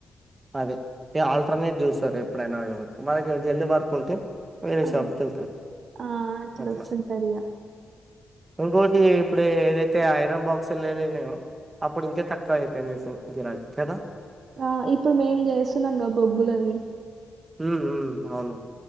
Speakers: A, on the right (about 20°); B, on the right (about 50°).
A: అదే ఇగ ఆల్టర్నేట్ చూస్తారు ఎప్పుడైనా ఎవరికి మనకి జల్ది వర్క్ ఉంటే వేరే
B: ఆ
A: షాప్కి వెళ్తారు
B: ఆ
A: అట్లా
B: వస్తుంటది ఇగ
A: ఇంకోటి ఇప్పుడు ఏదైతే ఐరన్ బాక్స్లు లేయో అప్పుడు ఇంకే తక్కువ అయిపోయింది మీకు గిరా కదా
B: ఆ ఇప్పుడు మేం చేస్తున్నాంగా బొగ్గులది
A: ఉమ్ ఉమ్ అవును